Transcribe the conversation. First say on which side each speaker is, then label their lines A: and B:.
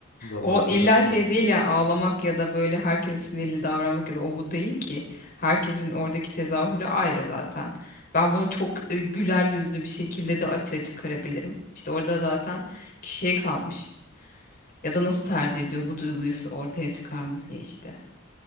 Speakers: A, on the left; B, on the left.
A: Vabalaba
B: O illa
A: dap dap.
B: şey değil ya ağlamak ya da böyle herkese sinirli davranmak ya da o bu değil ki. Herkesin oradaki tezahürü ayrı zaten. Ben bunu çok e, güler yüzlü bir şekilde de açığa çıkarabilirim. İşte orada zaten kişiye kalmış. Ya da nasıl tercih ediyor bu duyguyu ortaya çıkarması işte.